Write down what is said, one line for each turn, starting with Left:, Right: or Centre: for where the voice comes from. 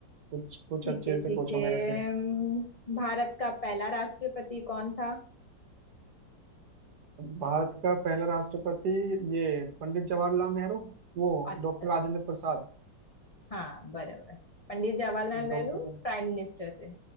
Right: कुछ कुछ
Left: ठीक
Right: अच्छे
Left: है ठीक
Right: से पूछो
Left: है
Right: मेरे से
Left: हम्म, भारत का पहला राष्ट्रपति कौन था
Right: भारत का पहला राष्ट्रपति ये पंडित जवाहरलाल नेहरू वो
Left: अल्लाह
Right: doctor Rajendra Prasad
Left: हाँ बराबर पंडित जवाहरलाल नेहरू
Right: Doctor
Left: प्राइम मिनिस्टर थे